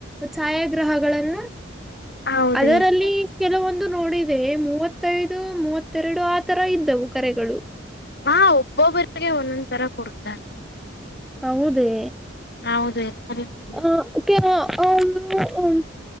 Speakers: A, in the centre; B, on the left (about 55°).
A: ಛಾಯಾಗ್ರಹಗಳನ್ನು
B: ಹೌದು
A: ಅದರಲ್ಲಿ
B: ಹೇಳಿ
A: ಕೆಲವೊಂದು ನೋಡಿದೆ ಮೂವತ್ತೈದು ಮೂವತ್ತೆರಡು ಆ ತರ ಇದ್ದವು ಕರೆಗಳು
B: ಹಾ ಒಬ್ಬೊಬ್ಬರಿಗೆ ಒಂದೊಂದ್ ತರ ಕೊಡ್ತಾರೆ
A: ಹೌದೇ
B: ಹೌದು ಎಲ್ಲರಿಗೂ
A: ಆ ಓಕೆ ನ ಅಳು ಹು